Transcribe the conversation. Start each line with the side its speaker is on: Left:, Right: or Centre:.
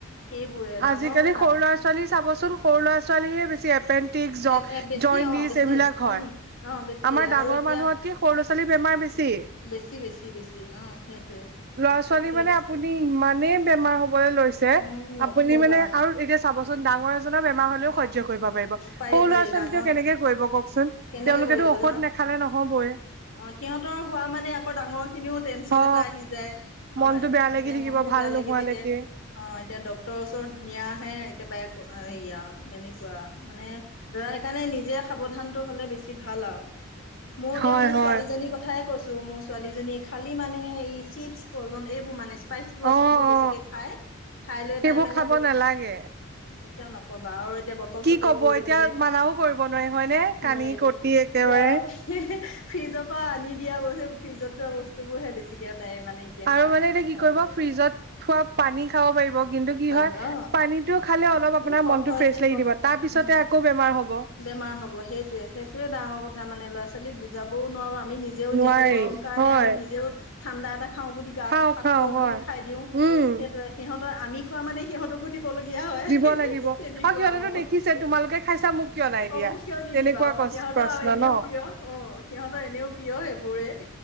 Left: সেইবোৰে ডাঙৰ
Right: আজিকালি
Left: ক
Right: সৰু ল'ৰা-ছোৱালী চাবচোন সৰু ল'ৰা-ছোৱালীহে বেছি এপেণ ন্তিছ, জন
Left: এ বেছি
Right: জণ্ডিচ
Left: অ বেছি
Right: এইবিলাক হয়।
Left: উম অ বেছি
Right: আমাৰ ডাঙৰ
Left: আৰু এতিয়া
Right: মানুহতকে সৰু লৰা-ছোৱালীৰ বেমাৰ বেছি।
Left: বেছি বেছি বেছি, অ' সেইটোৱে।
Right: ল'ৰা-ছোৱালী
Left: তাকে
Right: মানে আপুনি ইমানেই বেমাৰ হবলে লৈছে।
Left: উম নকবা
Right: আপুনি মানে আৰু এতিয়া চাবচোন ডাঙৰ এজনৰ বেমাৰ হলেও স স্য কৰিব পাৰিব,
Left: পাৰি
Right: সৰু
Left: পাৰি
Right: ল'ৰা-ছোৱালীটো
Left: ডাঙৰ
Right: কেনেকে কৰিব কওকচোন।
Left: কেনেকে
Right: তেওঁলোকেতো
Left: কৰিব
Right: ঔষধ
Left: জানা
Right: নেখালে নহবই।
Left: অ' সিহঁতৰ হোৱা মানে আকৌ ডাঙৰ খিনিও টেনচন
Right: অ
Left: এটা আহি যায় হয়।
Right: মনটো বেয়া লাগি থাকিব
Left: মনটো
Right: ভাল
Left: বেয়া
Right: নোহোৱালৈকে
Left: লাগি থাকে। অ' এতিয়া ডক্তৰৰ ওচৰত নিয়াহে একেবাৰে হেৰি আৰু এনেকুৱা মানে সেইকাৰণে নিজে সাৱধান টো হলে বেছি ভাল আও, মোৰ এতিয়া
Right: হয়
Left: মোৰ
Right: হয়
Left: ছোৱালীজনী কথাই কৈছোঁ। মোৰ ছোৱালীজনীয়ে খালী মানে এই চিপছ, প্ৰজন এইবোৰ মানে। স্পাইচ বস্তুবোৰ
Right: অ অ
Left: বেছিকে খায়, খাই লৈ
Right: সেইবোৰ
Left: তাই মানে
Right: খাব
Left: উম,
Right: নালাগে
Left: এতিয়াও নকবা আৰু এতিয়া বটল-চটল
Right: কি কব
Left: বোৰ
Right: এতিয়া
Left: দেখিলে
Right: মানাও কৰিব নোৱাৰি হয়নে কানি
Left: নোৱাৰে এনে
Right: কটি একেবাৰে
Left: এতিয়া ফ্ৰিজৰ পৰা আনি দিয়া বস্তু ফ্ৰিজত থোৱা বস্তু বোৰ হ বেছিকে তাই মানে এতিয়া
Right: আৰু
Left: খাই
Right: মানে এতিয়া কি কৰিব?
Left: তেনেকে
Right: ফ্ৰিজত থোৱা পানী খাব পাৰিব কিন্তু কি
Left: পাৰিব
Right: হয়
Left: অ
Right: পানীটো খালে অলপ আপোনাৰ
Left: এই কফ
Right: মনটো
Left: হয়
Right: ফ্ৰেচ
Left: যে
Right: লাগি
Left: কফ
Right: দিব তাৰ পিছতে
Left: উম
Right: আকৌ বেমাৰ হব।
Left: বেমাৰ হব সেইটোৱে সেইটোৱে ডাঙৰ কথা মানে ল'ৰা ছ ছোৱালীক বুজাবও নোৱাৰো আমি নিজেও এতিয়া
Right: নোৱাৰি
Left: গৰম কাৰণে
Right: হয়
Left: আমি নিজেও ঠাণ্ডা এটা খাওঁ বুলি গাটো
Right: খাওঁ
Left: সাত
Right: খাওঁ
Left: পৰক
Right: হয়।
Left: বুলি খাই দিওঁ
Right: উম
Left: সেইটোৱে সিহঁতৰ আমি খোৱা মানে সিহঁতকো দিবলগীয়া হয়
Right: দিব
Left: হিহিহি
Right: লাগিব আৰু
Left: তেদি কোৱা
Right: সিহঁতেতো
Left: অ হ হুহু।
Right: দেখিছে তোমালোকে খাইছা মোক কিয় নাই
Left: অ
Right: দিয়া।
Left: মোক
Right: তেনেকুৱা
Left: কিয় নিদিবা অ
Right: প্ৰশ্ন
Left: সিহঁতৰ আৰু এনেও
Right: ন।
Left: প্ৰিয় অ সিহঁতৰ এনেও প্ৰিয় এইবোৰে।